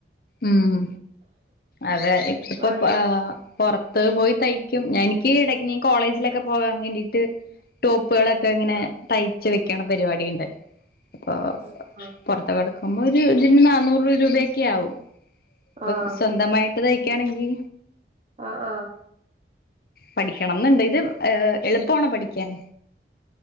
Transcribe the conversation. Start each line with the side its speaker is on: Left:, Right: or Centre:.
Left: ഉം അതെ ഇപ്പൊ
Right: വാങ്ങി
Left: പുറത്ത് പോയി തയ്ക്കും ഞാ എനിക്ക് ഇടക്ക് കോളേജിലൊക്കെ പോകാൻ വേണ്ടീട്ട് ടോപ്പുകളൊക്കെ ഇങ്ങനെ
Right: ആ
Left: തയ്ച്ച് വെക്കണ പരിപാടി ഉണ്ട് അപ്പൊ
Right: ആഹ
Left: പുറത്ത കിടക്കുമ്പോൾ ഒരു ഇതിന് നന്നൂറ് രൂപയൊക്കെ ആകും ഇപ്പൊ
Right: ആ
Left: സ്വന്തമായിട്ട് തയ്ക്കാണെങ്കി
Right: ആഹ ആഹ
Left: പഠിക്കണംന്നണ്ട് ഇത് ഏ എളുപ്പണോ പഠിക്കാൻ